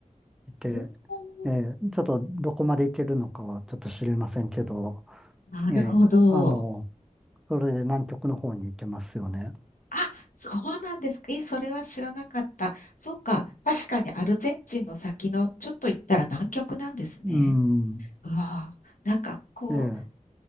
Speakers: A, in the centre; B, on the left.
A: いて、
B: おお、
A: えーちょっとどこまで行けるのかはちょっと知りませんけど、
B: なるほど。
A: えーあの、それで南極の方に行けますよね。
B: あ、そうなんですか。え、それは知らなかった。そうか。確かにアルゼンチンの先のちょっと行ったら南極なんですね。
A: うん。
B: うわあ、なんかこう、
A: ええ、